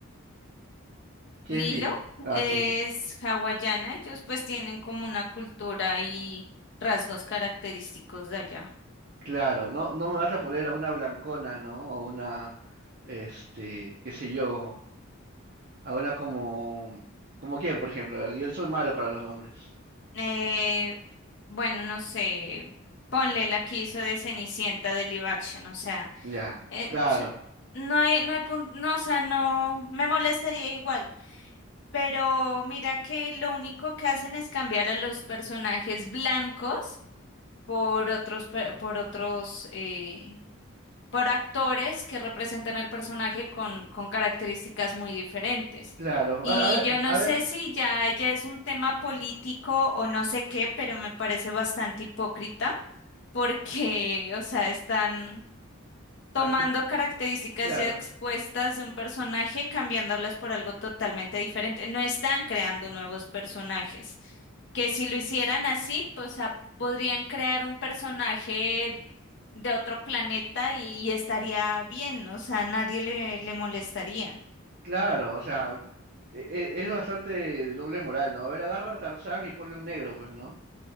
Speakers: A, on the right; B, on the left.
A: ¿Qué
B: Lilo
A: es Lilo? Así
B: es
A: es
B: hawaiana, ellos pues tienen como una cultura y rasgos característicos de allá.
A: Claro, no, no me vas a poner a una blancona, ¿no? O una, este, qué sé yo, a una como, como quién, por ejemplo. A ver, yo soy malo para los nombres.
B: Eh, bueno, no sé, ponle la que hizo de Cenicienta de live action, o sea,
A: Ya,
B: eh,
A: claro,
B: ch- no hay, no hay punto, no, o sea, no, me molestaría igual, pero mira que lo único que hacen es cambiar a los personajes blancos por otros, pe- por otros, eh, por actores que representan al personaje con, con características muy diferentes.
A: claro.
B: Y
A: A, a ver,
B: yo no
A: a
B: sé
A: ver,
B: si ya, ya es un tema político o no sé qué, pero me parece bastante hipócrita porque, o sea, están tomando
A: a ver qué,
B: características
A: claro,
B: ya expuestas de un personaje, cambiándolas por algo totalmente diferente. No están creando nuevos personajes, que si lo hicieran así, pues ah, podrían crear un personaje de otro planeta y, y estaría bien, o sea, nadie le, le molestaría.
A: claro, o sea, e- e- es bastante doble moral, ¿no? A ver, agarra a Tarzán y ponle un negro, pues, ¿no?